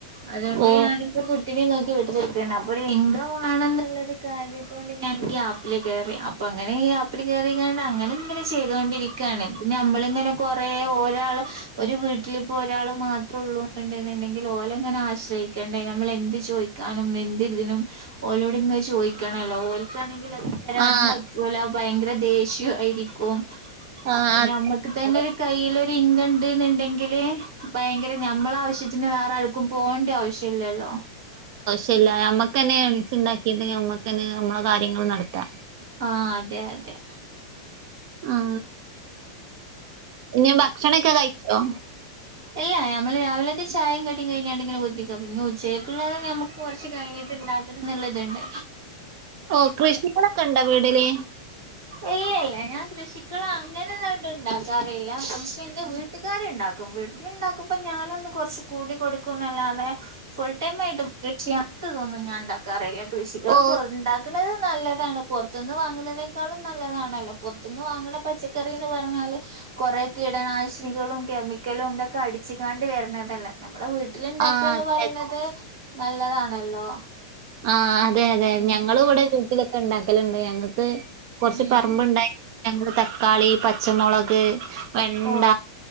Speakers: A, on the right; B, on the right.
A: അതോ ഞാനൊക്ക
B: ഓ
A: കുട്ടിനേം നോക്കി വീട്ടിലിരിക്കന്നെ അപ്പൊരു ഇൻകം വാണെന്നുള്ളൊരു കാര്യത്തോണ്ട് ഞാന് ഈ ആ പ്പില് കേറി അപ്പൊങ്ങനെ ഈ ആപ്പിൽ കേറിങ്ങാണ്ട് അങ്ങനെങ്ങനെ ചെയ്തോണ്ടിരിക്കാണ് ഇത് ഞമ്മളിങ്ങനെ കൊറേ ഒരാള് ഒരു വീട്ടിലിപ്പോ ഒരാള് മാത്രോള്ളൂന്ന്ണ്ട്ന്ന്ണ്ടെങ്കീ ഓലെങ്ങനെ ആശ്രയിക്ക ണ്ട ഞമ്മളെന്ത് ചോയിക്കാനും എത്നെരിതിനും ഓലോട് ഇങ്ങനെ ചോയിക്കണല്ലോ ഓലക്കാണെങ്കീ തെരാനും
B: ആഹ്
A: പറ്റൂല ഭയങ്കര ദേഷ്യൂ ആയിരിക്കൂം.
B: ആഹ്
A: അപ്പ ഞമ്മക്ക് തന്നെ
B: അതെ
A: ഒരു കയ്യിലൊരിങ്കണ്ട്ന്ന്ണ്ടെങ്കി <unintelligible> ഭയങ്കര ഞമ്മളാവശ്യത്തിന് വേറാർക്കും പോവണ്ട്യാവശ്യല്ലല്ലോ.
B: ചെല്ല അമ്മക്കെന്നെ ഏണിങ്ങ്സിണ്ടാക്കിട്ട് ഞമ്മക്കെന്നെ ഞമ്മളെ കാര്യങ്ങള് നടത്താ
A: ആ അതെ അതെ.
B: ആ ഇനി ഭക്ഷണെക്കെ കഴിച്ചോ?
A: അല്ല ഞമ്മള് രാവിലെത്തെ ചായേം കടിയും കെഴിഞ്ഞട്ട്ങ്ങനെ കുത്തിരിക്ക പിന്നെ ഉച്ചേക്കള്ളത് ഞമ്മക്ക് കൊറച്ച് കയ് ണ്ടാക്കണംന്ന്ള്ളത്ണ്ട്.
B: ഓ കൃഷികളൊക്കെണ്ടോ വീടില്?
A: ഇല്ല ഇല്ല ഞാൻ കൃഷിക്കള് അങ്ങനെ ഒന്നും ഉണ്ടാക്കാറില്ല പക്ഷെൻ്റെ വീട്ടുകാർ ഉണ്ടാക്കും വീ വീട്ടില്ണ്ടാക്കുമ്പ ഞാനൊ കൊറച്ച് കൂടി കൊടുക്കുന്നല്ലാതെ ഫുൾ ടൈം ആയിട്ട് <unintelligible> ഞാൻ ഉണ്ടാക്കാറില്ല. കൃഷികള്
B: ഓ
A: പുറ ഇണ്ടാക്കുന്നത് നല്ലതാണ് പുറത്തൂന്ന് വാങ്ങുന്നതിനേക്കാളും നല്ലതാണല്ലോ പുറ പുറത്തൂന്ന് വാങ്ങണ പച്ചക്കറീന്ന് പറഞ്ഞാല് കൊറേ കീടനാശിനികളും കെമിക്കലും ഇതൊക്കെ അടിച്ചിക്കാണ്ട് വരുന്നതല്ലേ നമ്മട വീട്ട വീട്ടിലുണ്ടാക്കുകാന്ന്
B: ആഹ്
A: പറയണത് നല്ലതാണല്ലോ.
B: ആ അതെ അതെ
A: ഉം
B: ഞങ്ങളും ഇവിടെ വീട്ടിലൊക്കെ ഇണ്ടാക്കലുണ്ട് ഞങ്ങൾക്ക് കൊറച്ച്
A: ഉം
B: പറമ്പിണ്ടായി ഞങ്ങള് തക്കാളി പച്ചമൊളക് വെണ്ട
A: ഓ